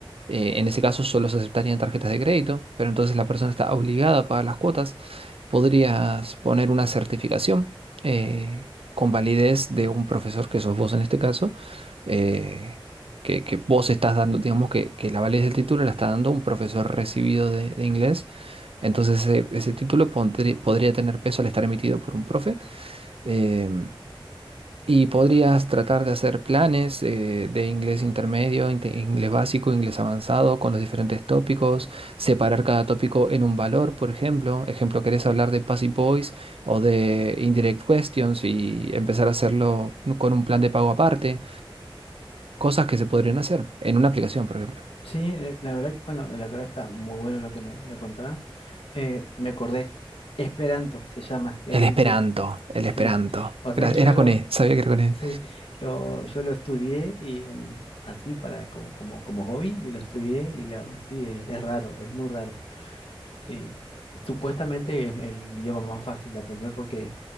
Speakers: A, on the right; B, on the left.
A: Eh, en ese caso solo se aceptarían tarjetas de crédito, pero entonces la persona está obligada a pagar las cuotas. Podrías poner una certificación eh, con validez de un profesor que sos vos en este caso, eh, que, que vos estás dando, digamos que, que la validez del título la está dando un profesor recibido de, de inglés. Entonces ese, ese título pondrí- podría tener peso al estar emitido por un profe. Em, y podrías tratar de hacer planes eh, de inglés intermedio, inte- inglés básico, inglés avanzado, con los diferentes tópicos, separar cada tópico en un valor, por ejemplo. Ejemplo, querés hablar de Passive Voice o de Indirect Questions y empezar a hacerlo ¿no? con un plan de pago aparte. Cosas que se podrían hacer en una aplicación, por ejemplo.
B: Sí, eh, la verdad que, bueno, la verdad está muy bueno lo que me, me contabas. Eh, me acordé, Esperanto se llama, el
A: El Esperanto,
B: 10.
A: el
B: Sí, sí.
A: Esperanto.
B: O sea
A: Gra-
B: que yo
A: Era
B: lo,
A: con E, sabía que era con E.
B: sí, lo, yo lo estudié y un- así para como, como, como hobby y lo estudié y lo, sí, es, es raro, es muy raro. Y supuestamente es el idioma más fácil de aprender porque